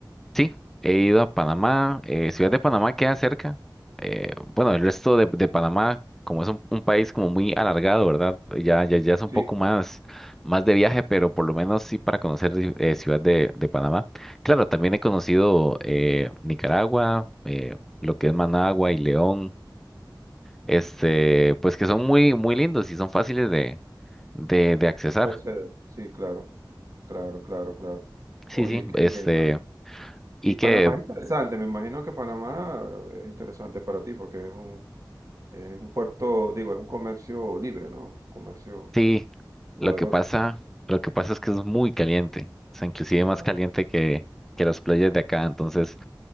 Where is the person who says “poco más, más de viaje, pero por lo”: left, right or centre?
Centre